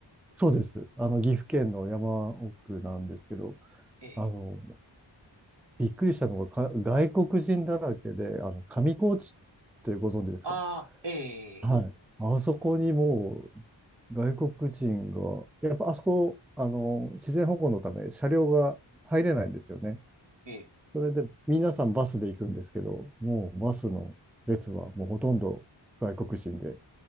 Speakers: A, on the right; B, in the centre.
A: 方ですかね。
B: そうです。あの、岐阜県の山奥なんですけど、
A: ええ。
B: あの、びっくりしたのが、か、外国人だらけで、あの、上高地ってご存知ですか
A: ああ、え
B: はい。
A: え、
B: あそこにもう外国人が、やっぱあそこ、あの、自然保護のため車両が入れないんですよね。
A: ええ。
B: それで皆さんバスで行くんですけど、もうバスの列はもうほとんど外国人で